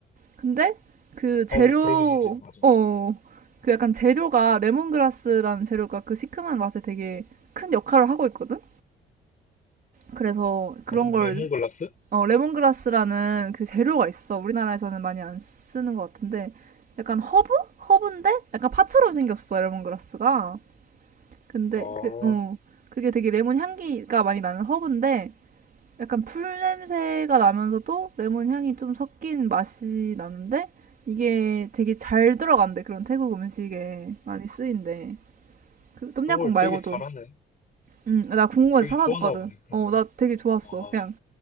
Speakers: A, on the right (about 45°); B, on the left (about 40°).
A: 근데 그 재료,
B: 아 뭐 그러긴 하지 맞아
A: 어, 그 약간 재료가 레몬그라스라는 재료가 그 시큼한 맛에 되게 큰 역할을 하고 있거든? 그래서 그런
B: 뭐
A: 걸
B: 레몬글라스
A: 어, 레몬그라스라는 그 재료가 있어. 우리나라에서는 많이 안 쓰는 것 같은데 약간 허브? 허브인데 약간 파처럼 생겼어, 레몬그라스가. 근데
B: 아, 어.
A: 그, 어, 그게 되게 레몬 향기가 많이 나는 허브인데 약간 풀 냄새가 나면서도 레몬 향이 좀 섞인 맛이 나는데 이게 되게 잘 들어간대. 그런 태국 음식에 많이 쓰인대. 그 똠양꿍
B: 그런 걸
A: 말고도.
B: 되게 잘하네.
A: 응, 나 궁금해서
B: 되게
A: 찾아봤거든.
B: 좋아하나 보네, 그런
A: 어,
B: 걸.
A: 나 되게 좋았어.
B: 아,
A: 그냥